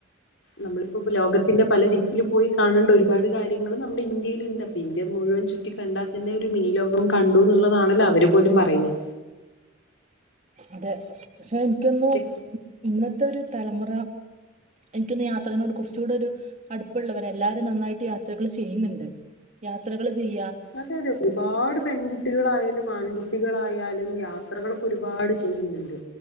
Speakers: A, on the left; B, on the right.
A: നമ്മളിപ്പോ ഇ ലോകത്തിന്റെ പല ദിക്കിലും പോയി കാണേണ്ട ഒരുപാട് കാര്യങ്ങളും നമ്മുടെ ഇന്ത്യയിലുണ്ട് അപ്പൊ ഇന്ത്യ മു മുഴുവൻ ചുറ്റി കണ്ടാൽ തന്നെ ഒരു മിനി ലോകം കണ്ടു ന്നുള്ളതാണല്ലോ അവര് പോലും പറയുന്നെ
B: അതെ പക്ഷെ എനിക്ക് തോന്നു
A: പക്ഷെ
B: ഇന്നത്തെ ഒരു തലമുറ എനിക്കൊന്ന് യാത്രനോട് കുറച്ച് കൂടെ ഒരു അടുപ്പുള്ളവര് എല്ലാരും നന്നായിട്ട് യാത്രകൾ ചെയ്യുന്നുണ്ട് യാത്രകൾ ചെയ്യ്
A: അതെ അതെ ഒരുപാട് പെൺകുട്ടികളായാലും ആൺകുട്ടികളായാലും യാത്ര ത്രകളൊക്കെ ഒരുപാട് ചെയ്യുന്നുണ്ട്